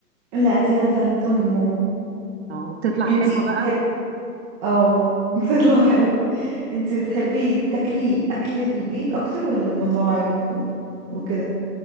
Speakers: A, on the right; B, on the right.
A: لا دي انا اتعلمتها من ماما
B: اه وبتطلع
A: انتي
B: حلوه
A: بتحب
B: بقى
A: اه <laughs> بتطلع حلوة انتي بتحبي تاكلي اكل في البيت اكتر ولا المطاعم و... وكده